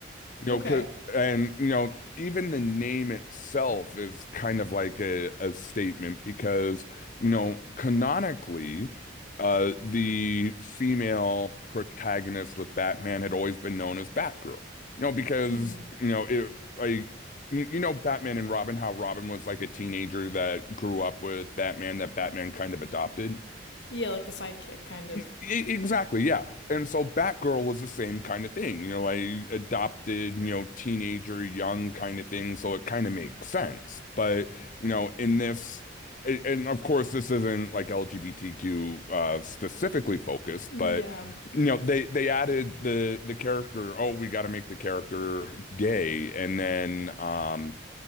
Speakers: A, on the left; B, on the left.
A: You know,
B: okay
A: 'cause- and you know, even the name itself is kind of like a, a statement because, you know, canonically, uh, the female protagonist with Batman had always been known as Batgirl. You know, because,
B: mm-hmm.
A: you know, it like you, you know Batman and Robin, how Robin was like a teenager that grew up with Batman, that Batman kind of adopted.
B: yeah like the sidekick kind of
A: E- e- Exactly, yeah. And so Batgirl was the same kind of thing, you know, I adopted, you know, teenager, young kind of thing, so it kind of makes sense. But, you know, in this, a- and of course, this isn't like LGBTQ uh, specifically focused,
B: yeah
A: but you know, they they added the the character. Oh, we got to make the character gay, and then um,